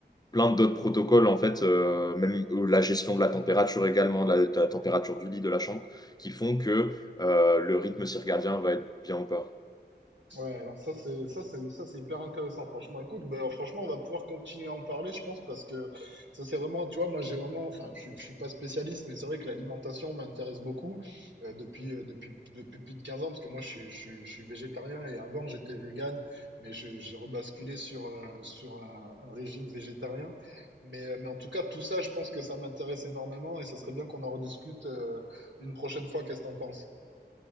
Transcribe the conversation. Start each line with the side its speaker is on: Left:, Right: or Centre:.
Left: plein d'autres protocoles, en fait, euh, même euh, la gestion de la température également, de la, de la température du lit, de la chambre, qui font que euh, le rythme circadien va être bien ou pas.
Right: Ouais, alors ça c'est ça c'est ça c'est hyper intéressant franchement. Écoute, ben franchement on va pouvoir continuer à en parler je pense parce que ça c'est vraiment tu vois moi j'ai vraiment enfin je, suis- je suis pas spécialiste mais c'est vrai que l'alimentation m'intéresse beaucoup euh, depuis euh, depuis depuis plus de 15 ans parce que moi je suis je suis, je suis végétarien et avant j'étais végane mais je- j'ai rebasculé sur euh, sur un, un régime végétarien. Mais euh, mais en tout cas tout ça je pense que ça m'intéresse énormément et ça serait bien qu'on en rediscute euh, une prochaine fois. Qu'est-ce que t'en penses?